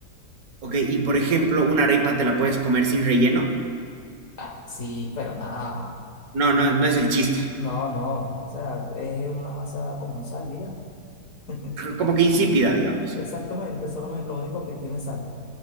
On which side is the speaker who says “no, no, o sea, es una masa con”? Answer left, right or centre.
Left